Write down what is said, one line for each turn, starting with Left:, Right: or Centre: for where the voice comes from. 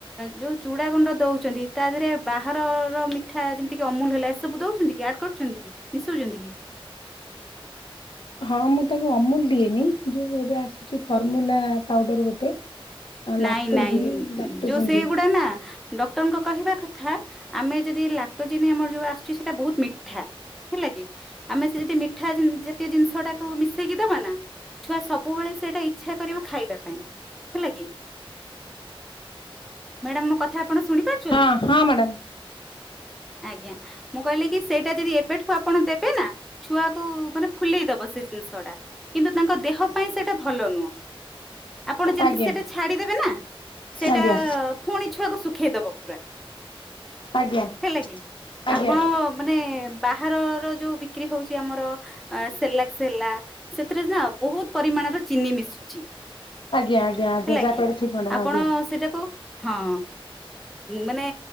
Centre: ଯୋଉ ଚୁଡା ଗୁଣ୍ଡ ଦଉଛନ୍ତି ତା ଦେହରେ ବାହାରର ମିଠା ଯେମିତି କି ଅମୁଲ ହେଲା ଏସବୁ ଦଉଛନ୍ତି କି ଆଡ୍ କରୁଛନ୍ତି କି ମିଶଉଛନ୍ତି କି?
Left: ହଁ ମୁଁ ତାକୁ ଅମୁଲ ଦିଏନି ଯୋଉ ଏବେ ଆସୁଛି ଫର୍ମୁଲା ପାଉଡର ଗୋଟେ
Centre: ନାଇଁ
Left: ଲାକ୍ଟୋଜିନ୍
Centre: ନାଇଁ
Left: ଲାକ୍ଟୋଜିନ୍
Centre: ଯୋଉ ସେଇଗୁଡା
Left: ଦିଏ।
Centre: ନା ଡକ୍ଟରଙ୍କ କହିବା କଥା ଆମେ ଯଦି ଲାକ୍ଟୋଜିିନ ଆମର ଯଉ ଆସୁଛି ସେଇଟା ବହୁତ୍ ମିଠା ହେଲା କି ଆମେ ସେ ଯଦି ମିଠା ଜାତୀୟ ଜିନିଷ ଟାକୁ ମିଶେଇକି ଦବା ନା ଛୁଆ ସବୁବେଳେ ସେଇଟା ଇଚ୍ଛା କରିବ ଖାଇବା ପାଇଁ ହେଲା କି ମ୍ୟାଡାମ୍ ମୋ କଥା ଆପଣ ଶୁଣି ପାରୁଛନ୍ତି?
Left: ହଁ ହଁ <inaudible>
Centre: ଆଜ୍ଞା ମୁଁ କହିଲି କି ସେଇଟା ଯଦି ଏବେଠୁ ଆପଣ ଦେବେ ନା ଛୁଆକୁ ମାନେ ଫୁଲେଇ ଦବ ସେ ଜିନିଷ ଟା କିନ୍ତୁ ତାଙ୍କ ଦେହ ପାଇଁ ସେଟା ଭଲ ନୁହଁ। ଆପଣ ଯେମିତି
Left: ଆଜ୍ଞା
Centre: ସେଟା ଛାଡିଦେବେ ନା ସେଟା
Left: ଆଜ୍ଞା
Centre: ପୁଣି ଛୁଆକୁ ଶୁଖେଇଦବ ପୁରା
Left: ଆଜ୍ଞା
Centre: ହେଲା କି
Left: ଆଜ୍ଞା।
Centre: ଆପଣ ମାନେ ବାହାରର ଯୋଉ ବିକ୍ରି ହଉଛି ଆମର ଅ ସେରଲାକ୍ସ ସେଥିରେ ନା ବହୁତ ପରିମାଣର ଚିନି ମିଶୁଛି।
Left: ଆଜ୍ଞ ଆଜ୍ଞା। ଆଜ୍ଞା
Centre: ହେଲା
Left: ଯାହା
Centre: କି
Left: କହିଲେ ଠିକ୍ ମ୍ୟାଡ଼ାମ
Centre: ଆପଣ
Left: ଆଜ୍ଞା।
Centre: ସେଇଟାକୁ ହଁ। ମାନେ